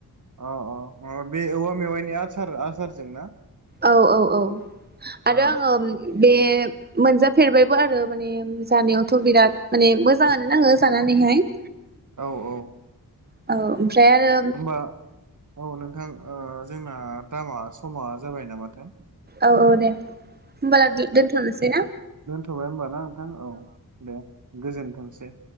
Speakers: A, on the right (about 55°); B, on the right (about 25°).
A: अ अ अ बे औवा मेवाइनि आसार आसारजों ना।
B: औ-औ-औ। आरो
A: ओ
B: आङो बे मोनजाफेरबायबो आरो माने जानायावथ' बिराद माने मोजाङानो नाङो जानानैहाय।
A: ओ औ औ
B: औ। ओमफ्राय आरो
A: होमबा औ नोंथां ओ जोंना थामा स समा जाबाय नामाथाय?
B: औ-औ दे। होमबाला दोनथ'नोसै ना।
A: थबाय होमब ना। आं औ दे गोजोनथोंसै।